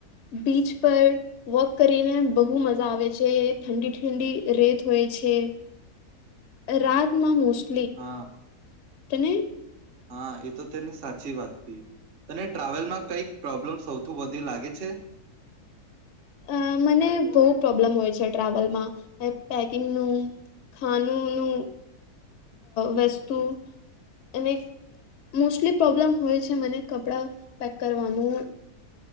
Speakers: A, on the left; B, on the right.
A: બીચ પર વોક કરીને બહુ મજા આવે છે ઠંડી ઠંડી રેત હોય છે રાતમાં મોસ્ટ
B: હા.
A: તને
B: હા એ તો તેને સાચી વાત થ તને ટ્રાવેલમાં કઈક પ્રોબ્લેમ સૌથી વધી લાગે છે.
A: અ મને બહુ પ્રોબ્લમ હોય છે ટ્રાવેલમાં પેકિંગનું ખાનુંનું વસ્તુ અને મોસ્ટલી પ્રોબ્લમ હોય છે મને કપડાં પેક કરવાનું